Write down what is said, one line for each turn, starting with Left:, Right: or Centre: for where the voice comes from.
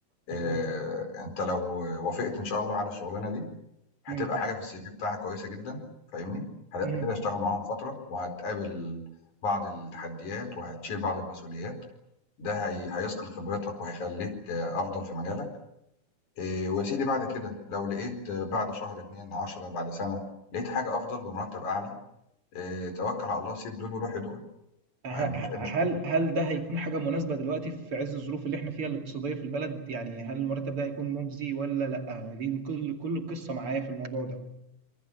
Left: آآ،
Right: تمام
Left: أنت لو وافقت إن شاء الله على الشغلانة دي، هتبقى
Right: مم.
Left: حاجة في الCV بتاعك كويسة جدًا فاهمني؟ هتبقى
Right: مم.
Left: كده هتشتغل معاهم فترة وهتقابل بعض التحديات وهتشيل بعض المسؤوليات. ده هي هيثقل خبرتك وهيخلّيك آه، أفضل في مجالك، آآ ويا سيدي بعد كده لو لقيت آه، بعد شهر، 2، 10، بعد سَنة، لقيت حاجة أفضل بمرتب أعلى، آآ توكّل على الله سيب دول وروح لدول،
Right: ه- ه-
Left: آآ ما فيش أي مشكلة.
Right: هل هل ده هيكون حاجة مناسبة دلوقتي في عز الظروف اللي احنا فيها الاقتصادية في البلد يعني هل المرتب ده هيكون مجزي ولا لأ دي كل كل القصة معايا في الموضوع ده